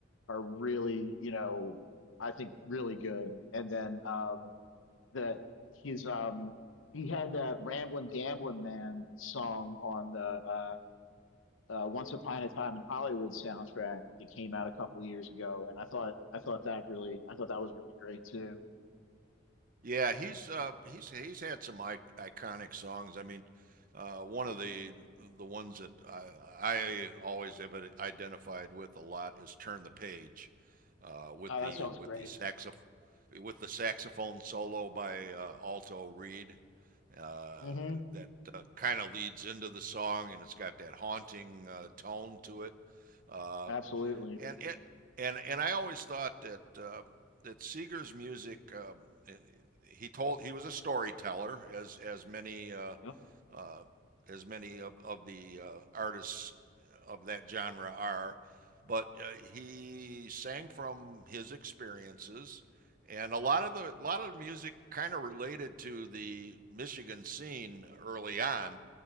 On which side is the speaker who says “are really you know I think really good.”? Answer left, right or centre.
Left